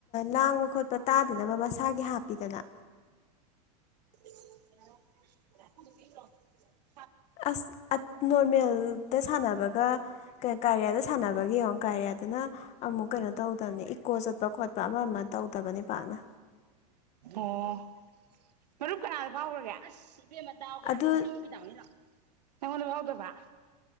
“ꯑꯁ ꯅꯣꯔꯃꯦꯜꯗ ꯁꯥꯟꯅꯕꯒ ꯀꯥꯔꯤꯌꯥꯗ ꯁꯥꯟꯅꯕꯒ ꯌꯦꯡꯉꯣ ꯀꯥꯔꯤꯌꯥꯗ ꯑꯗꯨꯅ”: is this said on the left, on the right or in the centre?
Left